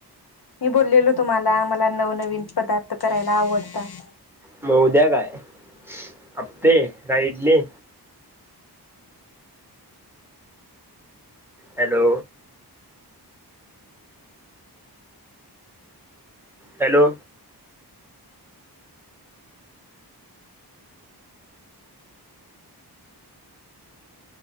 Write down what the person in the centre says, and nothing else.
मग उद्या काय अपे काय idli. Hello! Hello!